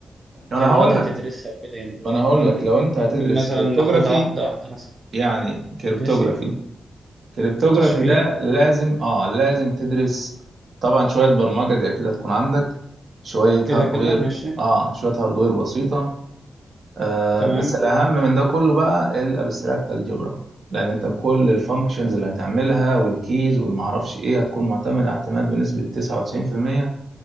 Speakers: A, on the right; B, on the right.
A: انا
B: كمواد
A: هقول
B: هتدرسها
A: لك
B: وكده يعني
A: انا هقول
B: مم.
A: لك لو انت هتدرس
B: ممكن مثلا
A: كريبتوغرافي
B: ناخدها واحده واحده مثلا
A: يعني كريبتوغرافي
B: ماشي
A: كريبتوغرافي
B: تشفير
A: ده لازم اه لازم تدرس طبعا شوية برمجة دي اكيد هتكون عندك شوية
B: كده
A: هاردوير
B: كده ماشي
A: اه شوية هاردوير بسيطة آه
B: تمام
A: بس الاهم من ده كله بقى الابستراكت الجبرا لان انت كل الفانكشنز اللي هتعملها والكيز والمعرفش ايه هتكون معتمدة اعتماد بنسبة 99%